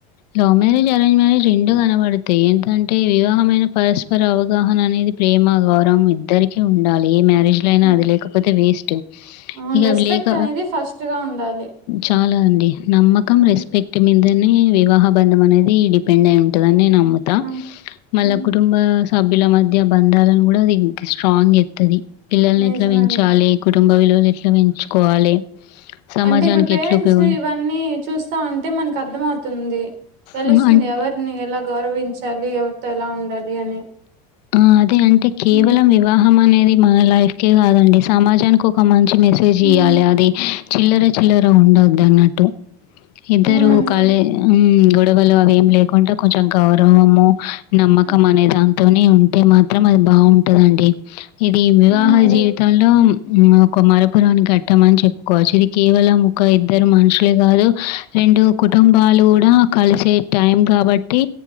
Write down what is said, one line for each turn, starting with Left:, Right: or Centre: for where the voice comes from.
Left: లవ్ మ్యారేజ్ ఎరేంజ్ మ్యారేజ్ రెండు కనపడు ఏంటంటే వివాహమైన పరస్పర అవగాహన అనేది ప్రేమ గౌరవం ఇద్దరికి ఉండాలి ఏ మ్యా జ్ లో అయినా
Right: హ్మ్.
Left: అది లేకపోతే వేస్ట్
Right: అవును
Left: ఇగ
Right: రెస్పెక్ట్
Left: అవి లేక
Right: అనేది ఫస్ట్ గా ఉండాలి
Left: చాలా అం నమ్మకం
Right: ఉమ్
Left: రెస్పెక్ట్ మీదనే వివాహ బంధం అనేది డిపెండ్ అయి ఉంటుందన్ నే నమ్ముతా
Right: ఆ
Left: మళ్ళ
Right: హ్మ్.
Left: కుటుంబ సభ్యుల మధ్య బంధాలను కూడా అది స్ట్రాంగ్ చెత్తది పిల్లల్ని
Right: నిజమే
Left: ఎట్లా పెంచాలి
Right: అండి
Left: కుటుంబ విలువలు ఎట్లా పెంచుకోవాలి సమాజానికి
Right: అంటే ఇప్పుడు పేరెంట్స్
Left: ఎట్లా ఉపయోగం
Right: ఇవన్నీ చూస్తా ఉంటే మనకు అర్థంమవుతుంది తెలుస్తుంది
Left: హ్మ్. అన్
Right: ఎవరిని ఎలా గౌరవించాలి ఎవరితో ఎలా ఉండాలి అని
Left: ఆ అదే అంటే కేవలం
Right: హ్మ్
Left: వివాహం అనేది మన లైఫ్కే కాదండి సమాజానికో ఒక మంచి మెసేజ్
Right: హ్మ్.
Left: ఇయ్యాలి అది చిల్లర చిల్లర ఉండొద్దు అన్నట్టు ఇద్దరు
Right: అవునండి.
Left: కాలే గొడవలు అవేమి లేకుండా కొంచెం గౌరవము నమ్మకం
Right: హ్మ్
Left: అనే దాంతోనే ఉంటే మాత్రం అది బాగుంటదండి ఇది వివాహ
Right: అవునండి.
Left: జీవితంలో ఒక మరపురానీ గట్టమని చెప్పుకోవచ్చు ఇది కేవలం ఒక ఇద్దరు మనుషులే కాదు రెండు కుటుంబాలు కూడా కలిసే టైం కాబట్టి